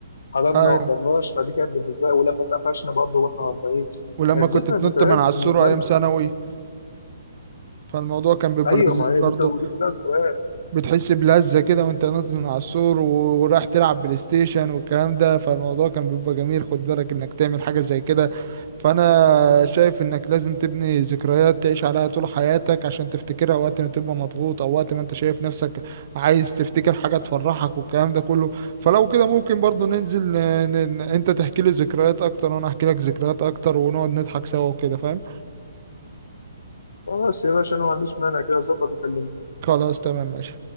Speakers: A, on the left; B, on the right.
A: حضرنا
B: ايوه
A: ما حضرناش فدي كانت بالنسبه لي ولما اتقفشنا برضه واحنا 40
B: ولما
A: كانت
B: كنت
A: ذكرى
B: تنط
A: ذكريات
B: من على
A: بالنسبه
B: السور ايام
A: لنا
B: ثانوي فالموضوع كان بيبقى
A: ايوه
B: لذيذ
A: ما هي
B: برضه
A: دي كانت- ودي كلها ذكريات
B: بتحس بلذة كده وانت نازل من على السور و- ورايح تلعب بلاي ستيشن والكلام ده فالموضوع كان بيبقى جميل خد بالك انك تعمل حاجة زي كده فانا شايف انك لازم تبني ذكريات تعيش عليها طول حياتك عشان تفتكرها وقت ما تبقى مضغوط او وقت ما انت شايف نفسك عايز تفتكر حاجة تفرحك والكلام ده كله فلو كده ممكن برضو ننزل ن- ن- انت تحكي لي ذكريات اكتر وانا احكي لك ذكريات اكتر ونقعد نضحك سوا وكده فاهم
A: بس يا باشا انا ما عنديش مانع كده اظبط وكلمني
B: خلاص تمام ماشي